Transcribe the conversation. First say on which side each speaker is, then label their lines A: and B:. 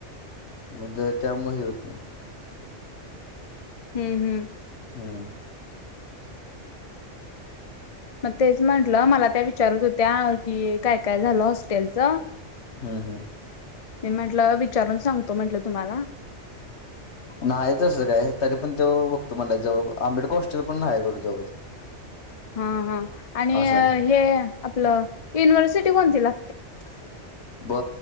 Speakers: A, on the left; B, on the left.
A: म द त्यामुळे हे होत नायी
B: हम्म हम्म
A: हम्म
B: मग तेच म्हंटलं मला त्या विचारत होत्या की काय काय झालं हॉस्टेलच
A: हम् हम
B: मी म्हंटलं विचारून सांगतो म्हंटलं तुम्हाला
A: नाही तसं काय तरी पण त्यो बघतो म्हणलाय जवळ आंबेडकर हॉस्टेल पण नाही कुठे जवळ तिथं
B: हा हा आणि
A: असं आहे
B: हे आपलं युनिव्हर्सिटी कोणती ला
A: <inaudible> ब